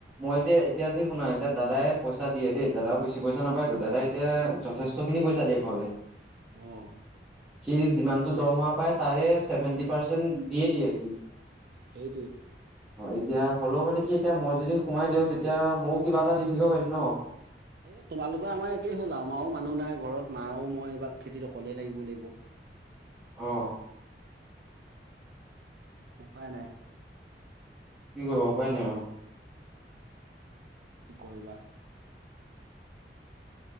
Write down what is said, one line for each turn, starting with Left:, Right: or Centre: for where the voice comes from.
Centre: মই এতিয়া এতিয়া যি শুনা এতিয়াও দাদাই পইচা দিয়ে দেই দাদাও বেছি পইচা নাপাইতু দাদাই এতিয়া যথেষ্ট। সেইখিনি পইচা দিয়ে ঘৰলে।
Right: আহ।
Centre: সি যিমানটো দৰমহা পায় তাৰে চেভেন্টি পাৰ্চেন্ট দিয়ে দিয়ে সি।
Right: সেইটোএ।
Centre: অ' এতিয়া হ'লেও মানে কি এতিয়া মই যদি সোমাই দিওঁ তেতিয়া ময়ো কিবা এটা দি থাকিব পাৰিম ন।
Right: এই তোমালোকৰে আমাৰ একেই হ'ল আও আমাৰো মানুহ নাই ঘৰত মাও আও মই এইবা খেতিত অকলে লাগিব লাগিব।
Centre: অ।
Right: উপাই নাই।
Centre: কি কৰিব উপায় নাই আৰু।
Right: কি কৰিবা।